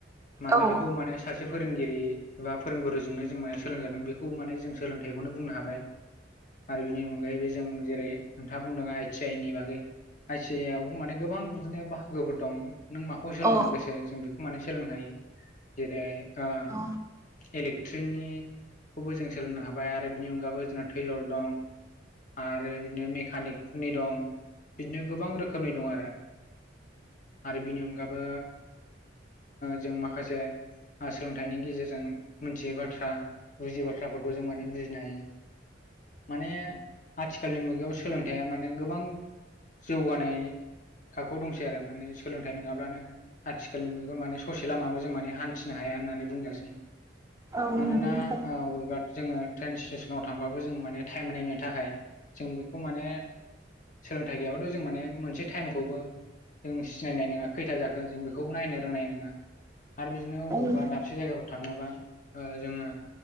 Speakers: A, on the left (about 45°); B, on the right (about 15°).
A: मानोना
B: औ
A: बेखौ माने सासे फोरोंगिरि बा फोरोंगुरुजोंनो जों माने सोलोंजादों बेखौ माने जों सोलोंथाइखौनो बुंनो हाबाय। आरो बिनि अनगायैबो जों जेरै नोंथाङा बुंदों आइ टि आइ नि बागै आइ सि आइ आवबो माने गोबां बिदिनो बाहागोफोर दं नों माखौ सोलोंनो
B: औ
A: गोसो जों बेखौ माने सोलोंनो हायो। जेरै ओ
B: औ
A: इलेक्ट्रिकनि खौबो जों सोलोंनो हाबाय आरो बिनि अनगायबो जोंना थैलर दं आरो बिदिनो मेकानिक फोनि दं बिदिनो गोबां रोखोमनि दं आरो। आरो बिनि अनगाबो जों माखासे सोलोंथाइनि गेजेरजों मिथियै बाथ्रा बियो बाथ्राफोरखौ जों माने बुजिनो हायो माने आथिखाल आथिखालनि मुगायाव सोलोंथाइा माने गोबां जौगानाय थाखोआव दंसै आरो माने सोलोंथाइ नङाब्लानो आथिखालनि मुगायाव माने ससे लामाबो जों माने हान्थिनो हाया होननानै बुंजासै।
B: नंगौ
A: मानोना
B: नोंथां
A: अबेबा जोङो ट्रेन स्टेसनाव थांबाबो जों माने टाइम नायनो थाखाय जों बेखौ माने सोलोंथाइ गैयाबथ' जों माने मोनसे टाइमखौबो जों सिनायनाय नङा खैथा जाखो जों बेखौबो नायनो रोंनाय नङा। आरो बिदिनो
B: औ
A: अबावबा दाबसे जायगाफोर थाङोबा ओ जोङो